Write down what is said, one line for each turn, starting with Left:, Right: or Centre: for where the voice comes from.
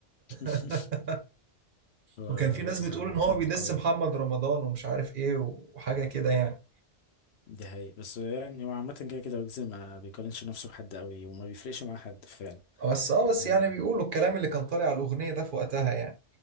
Left: <laughs>
Right: <laughs>
Left: هو
Right: وكان في ناس
Left: ويجز
Right: بتقول
Left: عامة
Right: ان هو بيدس
Left: قوي
Right: محمد رمضان ومش عارف ايه وحاجه كده يعني
Left: دي حقيقة بس يعني هو عامة كده كده ويجز ما بيقارنش نفسه بحد قوي وما بيفرقش مع حد فعلا
Right: بس اه بس
Left: يعني
Right: يعني بيقولوا الكلام اللي كان طالع على الاغنيه ده في وقتها يعني